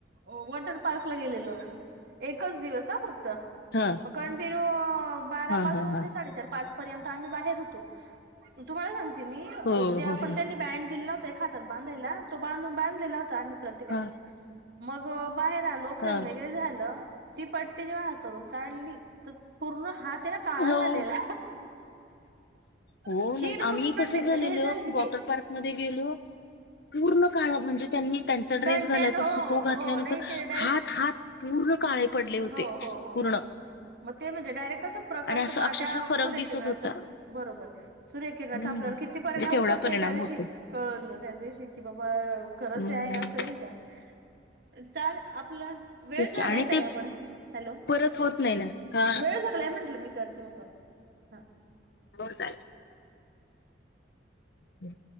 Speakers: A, on the right (about 60°); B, on the left (about 65°).
A: वॉटर पार्कला गेलेलो. एकच दिवस ह फक्त
B: हा
A: मग कंटिन्यू बारापासून
B: हा हा हा
A: ते साडेचार पाच पर्यंत आम्ही बाहेर होतो तुमला सांगती मी
B: हो
A: जे
B: हो
A: आपण
B: हो
A: त्यांनी बॉन्ड दिलेला होता एका हातात. बांधाला तो बधून बांधलेला होता आम्ही प्रत्येकाने
B: हा
A: मग बाहेर आलो खेळून
B: हा
A: वगैरे झालं ती पट्टी जेव्हा हातावरून काढली तर पूर्ण हात ते ना काळा
B: हो
A: झालेला.
B: हो
A: स्किन
B: नाही
A: पूर्ण
B: आम्ही कस झालेलो
A: म्हणजे हे झालेली
B: वॉटर
A: ते
B: पार्क मध्ये गेलो. <inaudible> पूर्ण काळ म्हणजे त्यांनी त्यांचा
A: सनटॅन
B: ड्रेस घालायचा
A: हो
B: असतो तो घातल्यानंतर
A: हो नाही ते डायरेक्ट
B: हात हात पूर्ण काळे पडले होते
A: हो हो हो,
B: पूर्ण
A: मग ते म्हणजे डायरेक्ट अस प्रकाश
B: आणि असं अक्षरशः
A: त्या
B: फरक
A: सर्य
B: दिसत
A: किरणांचा
B: होता
A: बरोबर. कीरणाचा
B: हम्म
A: आपल्यावर
B: म्हणजे
A: किती परिणाम
B: केवढा
A: होऊ शकतोय
B: परिणाम
A: हे त्या दिवशी
B: होतो
A: कळलं त्या दिवशी की बाबा खरच
B: हम्म
A: याअस ल आपलं
B: तेच
A: वेळ झालाय
B: की, आणि ते
A: आपण हॅलो
B: परत होत नाही ना हा
A: वेळ झालाय म्हंटल मी करते म कॉल हा
B: बर चालतय हम्